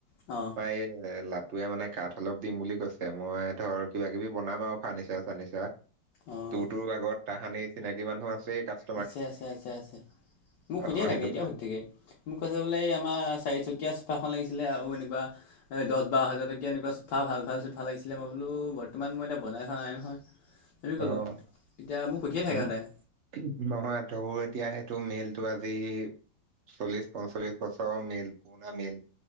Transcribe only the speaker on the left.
অঁ
অঁ
আ্ছে আছে আছে আছে। মোক
সুধিয়ে
থাকে এতিয়াও
সুধি থাকে, মোক কৈছে বোলে এই আমাৰ চাৰিচকীয়া খন লাগিছিলে আৰু এনেকুৱা এই দহ বাৰ হাজাৰ টকীয়া এনেকুৱা চোফা ভাল ভাল চোফা লাগিছিলে মই বোলো বৰ্তমান মই এতিয়া বনাই খোৱা নাই নহয় আমি ক'লোঁ
এতিয়া মোক সুধিয়ে থাকে
সদায়